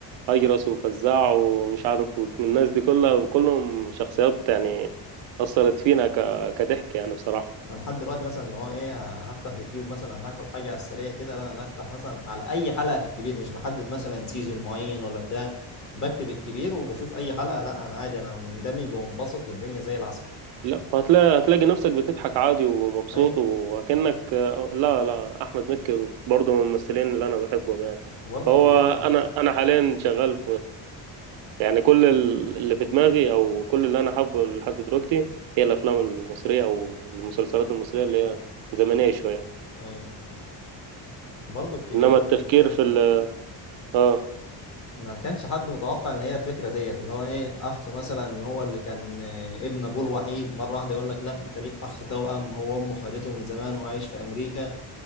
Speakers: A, on the right; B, on the left.
A: هجرس وفزاع ومش عارف والناس دي كلها كلهم شخصيات يعني اثرت فينا ك... كضحك يعني بصراحة
B: انا لحد دلوقتي مثلا اللي هو ايه هفتح يوتيوب مثلا هاكل حاجه على السريع كده لا انا هفتح مثلا على اي حلقه في الكبير مش بحدد مثلا سيزون معين ولا بتاع بكتب الكبير وبشوف اي حلقه لا انا عادي انا مندمج ومنبسط والدنيا زي العسل
A: لا هتلاقي هتلاقي نفسك بتضحك عادي ومبسوط
B: ايوه
A: وكأنك لا لا احمد مكي برضه من الممثلين اللي انا بحبهم يعني
B: وبرضه
A: فهو
B: الكبير لما
A: انا
B: نزل
A: انا حاليا شغال يعني كل ال- اللي في دماغي او كل اللي انا حابه لحد دلوقتي هي الافلام المصريه او المسلسلات المصريه اللي هي زمنيه شويه
B: ايوه وبرضه الكبير
A: انما
B: لما
A: التفكير
B: نزل
A: في ال اه
B: ما كانش حد متوقع ان هي الفكره ديت اللي هو ايه اخ مثلا هو اللي كان آه، ابن ابوه الوحيد مره واحده يقول لك لا انت ليك اخ توأم هو امه خدته من زمان وعايش في امريكا